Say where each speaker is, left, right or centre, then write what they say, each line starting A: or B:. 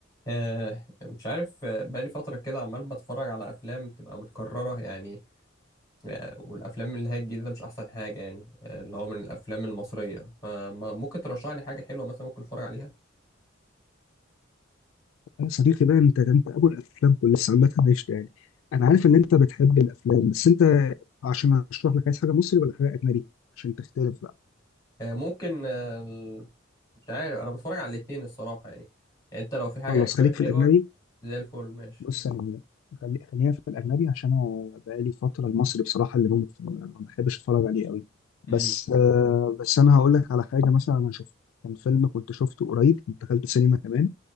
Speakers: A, on the left; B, on the left.
A: آه مش عارف آه، بقالي فترة كده عمال بتفرج على أفلام بتبقى متكررة يعني آه، والأفلام اللي هي الجديدة مش أحسن حاجة يعني آه، اللي هو من الأفلام المصرية فممكن ترشح لي حاجة حلوة مثلا ممكن أتفرج عليها
B: يا صديقي بقى انت ده انت ابو الافلام كلها بس عامه قشطه يعني انا عارف ان انت بتحب الافلام بس انت عشان اشرح لك عايز حاجه مصري ولا حاجه اجنبي عشان تختلف بقى
A: آه ممكن آه ال- مش عارف أنا بتفرج على الاتنين الصراحة يعني يعني أنت لو في حاجة
B: خلاص
A: أجنبي
B: خليك في
A: حلوة
B: الاجنبي
A: زي الفل ماشي
B: بص انا خلي خلينا في الاجنبي عشان انا بقالي فتره المصري بصراحه اللي بموت فيه، انا ما بحبش اتفرج عليه قوي بس
A: امم
B: آه بس انا هقول لك على حاجه مثلا انا شفته كان فيلم كنت شفته قريب كنت دخلت سينما كمان